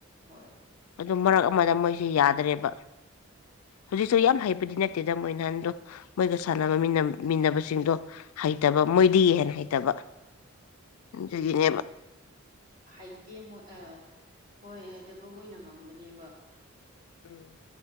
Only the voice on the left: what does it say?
ꯑꯗꯨ ꯃꯔꯛ ꯑꯃꯗ ꯃꯣꯏꯁꯦ ꯌꯥꯗ꯭ꯔꯦꯕ ꯍꯧꯖꯤꯛꯁꯨ ꯌꯥꯝ ꯍꯩꯕꯗꯤ ꯅꯠꯇꯦꯗ ꯃꯣꯏ ꯅꯍꯥꯟꯗꯣ ꯃꯣꯏꯒ ꯁꯥꯟꯅꯕ ꯃꯤꯟꯅꯕꯁꯤꯡꯗꯣ ꯍꯩꯇꯕ ꯃꯣꯏꯗꯤꯍꯦꯅ ꯍꯩꯇꯕ ꯑꯗꯨꯒꯤꯅꯦꯕ
ꯎꯝ